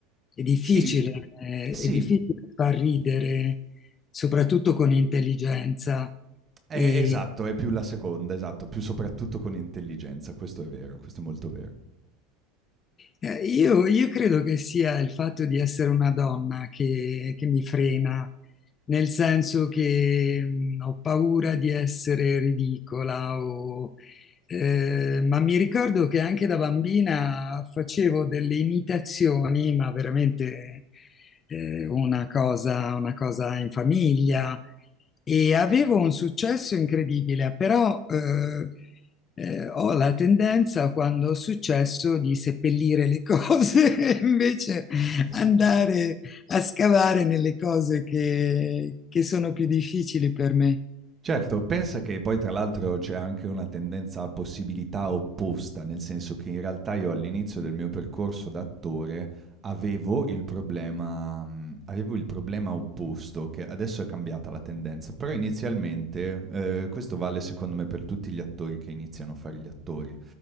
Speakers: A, on the left (about 30°); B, on the right (about 25°).
A: è difficile,
B: Sì,
A: eh,
B: sì,
A: è difficile far ridere, soprattutto con intelligenza.
B: è-
A: E,
B: esatto, è più la seconda, esatto, più soprattutto con intelligenza, questo è vero, questo è molto
A: eh, io, io credo che sia il fatto di essere una donna che, che mi frena, nel senso che mm, ho paura di essere ridicola o Eh, ma mi ricordo che anche da bambina facevo delle imitazioni, ma veramente eh, una cosa, una cosa in famiglia e avevo un successo incredibile, però eh, eh, ho la tendenza quando ho successo di seppellire le cose <laughs> e invece
B: vero.
A: andare a scavare nelle cose che che sono più difficili per me.
B: Certo, pensa che poi tra l'altro c'è anche una tendenza a possibilità opposta, nel senso che in realtà io all'inizio del mio percorso d'attore avevo il problema mhmm, avevo il problema opposto, che adesso è cambiata la tendenza, però inizialmente, ehm, questo vale secondo me per tutti gli attori che iniziano a fare gli attori,